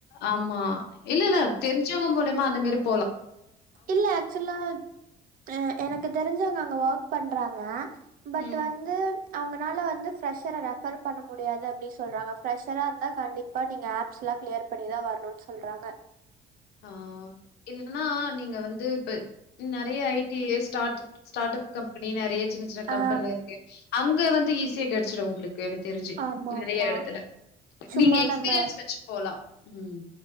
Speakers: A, on the left; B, on the right.
A: ஆமா இல்ல இல்ல தெரிஞ்சவங்க மூலையுமா <unintelligible>
B: இல்ல ஆக்சுவல்லா ஆஹ் எனக்கு தெரிஞ்சவங்க அங்க ஒர் றாங்க பட்
A: ம்.
B: வந்து அவங்கனால வந்து ஃப்ரெஷரை ரெஃபர் பண்ண முடியாது அப்படின்னு சொல்றாங்க ஃப்ரெஷரா இருந்தா கண்டிப்பா நீங்க ஆப்ஸ்ல்லாம் கிளியர் பண்ணிதான் வரணும்னு சொல்றாங்க
A: ஆஹ் இல்லன்னா நீங்க வந்து இப்ப நெறைய ஐடிஸ் ஸ்டார்ட் ஸ்டார்ப் கம்பெனி நெறைய சின்ன சின்ன கம்பெனில
B: ஆ
A: இருக்கு அங்க வந்து ஈஸியா கிடைச்சிடும் உங்களுக்கு என தெரிஞ்சு
B: ஆமா
A: நெறைய
B: ஆமா
A: இடத்துல
B: சும்மா
A: நீங்க எக்ஸ்பீரியன்ஸ்
B: நம்ம
A: வச்சு போலாம் உம்